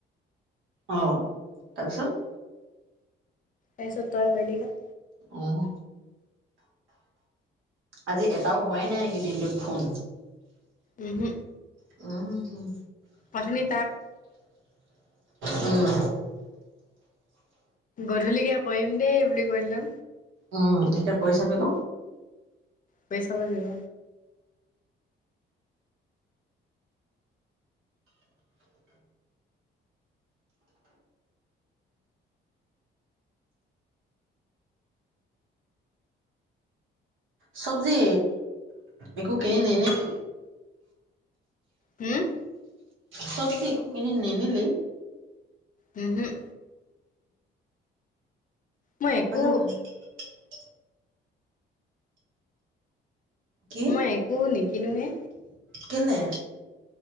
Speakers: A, on the right; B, on the left.
A: আহ তাৰপিছত।
B: তাৰপিছত তই কৰিলি ক।
A: আহ আজি এটাও হোৱাই নাই নেকি দিনটোত ফোন
B: উহো
A: উম
B: অথনি তাক
A: উম।
B: গধূলিকে কৰিম দেই বুলি কৈ দিলে
A: উম এতিয়া কৈ চাবি ক
B: কৈ চাব লাগিব
A: চব্জি একো কিনি নিনিলি
B: হম
A: চব্জি একো কিনি নিনিলি
B: উহোম মই একো
A: কছা ম <unintelligible> কি
B: মই একো নিকিনোঙে
A: কেলে